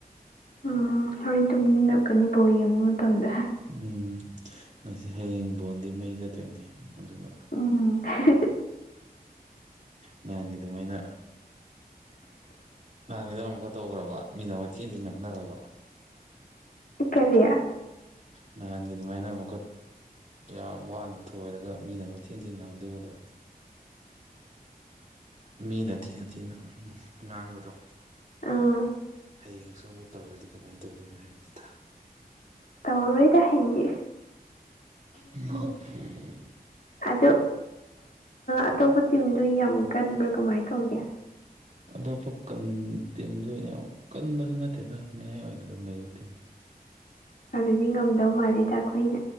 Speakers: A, on the left; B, on the right.
A: ꯎꯝ ꯍꯣꯔꯦꯟ ꯇꯨꯝꯅꯤꯡꯉꯛꯀꯅꯤ ꯕꯣꯜ ꯌꯦꯡꯕ ꯃꯇꯝꯗ
B: ꯎꯝ ꯉꯁꯤ ꯍꯌꯦꯡ ꯕꯣꯟꯗꯤ ꯃꯩ ꯆꯠꯇꯣꯏꯅꯦ ꯑꯗꯨꯅ
A: ꯎꯝ <unintelligible>
B: ꯅꯍꯥꯟꯒꯤ ꯗꯨꯃꯥꯏꯅ ꯅꯍꯥꯟꯒꯤꯗꯣ ꯑꯃꯨꯛꯀ ꯇꯧꯈ꯭ꯔꯕ ꯃꯤꯅ ꯑꯃꯨꯛ ꯊꯤ ꯊꯤꯅ ꯉꯥꯡꯅꯅꯥꯕ
A: ꯀꯦꯔꯤꯌꯥ
B: ꯅꯍꯥꯟꯒꯤ ꯑꯗꯨꯃꯥꯏꯅ ꯑꯃꯨꯛꯀꯠ ꯌꯥꯝ ꯋꯥꯅ ꯊꯣꯏꯔꯒ ꯃꯤꯅ ꯑꯃꯨꯛ ꯊꯤꯟ ꯊꯤꯟ ꯉꯥꯡꯗꯣꯏꯕ ꯑꯗꯣ ꯃꯤꯅ ꯊꯤꯅ ꯊꯤꯅ ꯎꯝ ꯉꯥꯡꯕꯗꯣ
A: ꯑꯥ
B: ꯍꯌꯦꯡꯁꯨ ꯑꯃꯨꯛ ꯇꯧꯔꯗꯤ ꯀꯃꯥꯏꯅ ꯇꯧꯗꯣꯏꯅꯣ ꯍꯥꯏꯕꯅꯤꯗ
A: ꯇꯧꯔꯣꯏꯗ ꯍꯌꯦꯡꯗꯤ
B: ꯑ
A: ꯑꯗꯨ ꯑꯇꯣꯞꯄ ꯇꯤꯝꯗꯨ ꯌꯥꯝ ꯀꯟꯕ꯭ꯔꯥ ꯀꯃꯥꯏꯅ ꯇꯧꯒꯦ
B: ꯍ ꯑꯇꯣꯞꯄ ꯀꯟ ꯇꯤꯝꯗꯣ ꯌꯥꯝ ꯀꯟꯕꯁꯨ ꯅꯠꯇꯦꯗ ꯃꯌꯥꯏ ꯑꯣꯏꯅ ꯑꯗꯨꯝ ꯂꯩꯕ ꯇꯤꯝ
A: ꯑꯗꯨꯗꯤ ꯉꯝꯗꯧ ꯃꯥꯜꯂꯦꯗ ꯑꯈꯣꯏꯗꯤ